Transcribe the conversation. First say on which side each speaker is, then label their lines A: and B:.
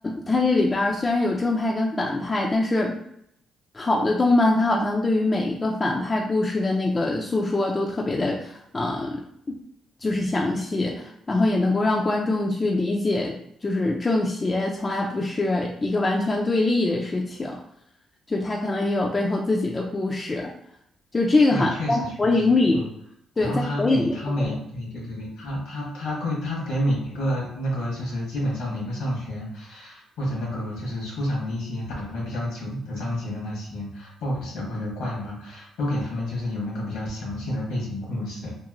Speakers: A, on the left (about 25°); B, on the left (about 85°).
A: 它这里边儿虽然有正派跟反派，但是好的动漫它好像对于每一个反派故事的那个诉说都特别的，嗯、就是详细。然后也能够让观众去理解，就是正邪从来不是一个完全对立的事情，就是他可能也有背后自己的故事，就这个好像在火影里，
B: 对，确实确实，嗯，
A: 对，
B: 然后他对他每对对对对，
A: 在火影里这个
B: 他他他会他给每一个那个就是基本上每个上学或者那个就是出场的一些打的比较久的章节的那些 BOSS 或者怪吧，都给他们就是有那个比较详细的背景故事，